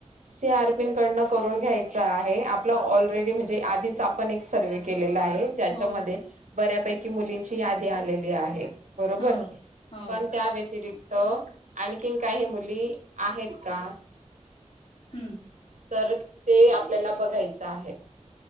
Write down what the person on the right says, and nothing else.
सी आरपी कडन करून घ्यायच आहे आपला ऑलरेडी म्हणजे आधीच आपण एक सर्व केले आहे त्याच्यामध्ये
बऱ्यापैकी मुली ची यादी आलेली आहे बरोबर
पण त्या व्यतिरिक् त आणखीन काही मुली आहेत का
तर ते आपल्याला बघायचं आहे